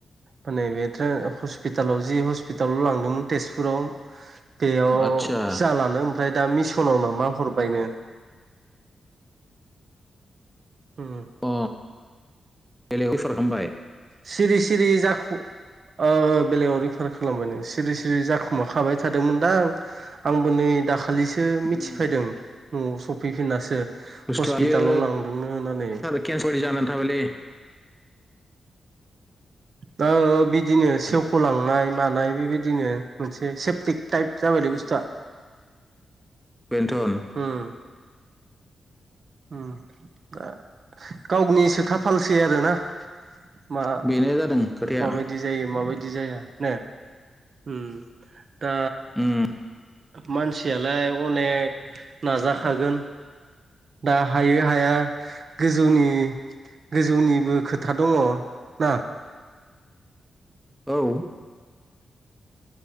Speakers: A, on the right; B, in the centre.
A: माने बे हस्पिटालाव जि हस्पिटालाव लांदोंमोन तेजपुराव बेयाव
B: आदसा
A: जालानो ओमफ्राय दा मिसनाव नामा हरबायनो <unintelligible>
B: अ बेलेग रिफारेन्च खालामबाय
A: सिरि सिरि जाख अ बेलेगाव रिफार खालामबायनो सिरि सिरि जाखुमाखाबाय थादोंमोनदां आंबो नै दाखालिसो मिथिफैदों
B: उम
A: न'आव सफैफिननासो
B: बुस्थुआ
A: हस्पिटालाव
B: बेयो
A: लांदोंनो होननानै
B: <unintelligible>
A: दा बिदिनो सेवख'लांनाय मानाय बेबायदिनो मोनसे सेफटिक टाइप जाबायलै
B: उम
A: बुस्थुआ <inaudible>
B: बेनथन
A: ओम ओम दा गावनिसो खाफालसै आरोना मा
B: बेनो जादों खोथाया
A: माबायदि जायो माबायदि जाया ने ओम दा
B: उम
A: मानसियालाय अनेक नाजाखागोन दा हायो हाया गोजौनि गोजौनिबो खोथा दङ ना
B: औ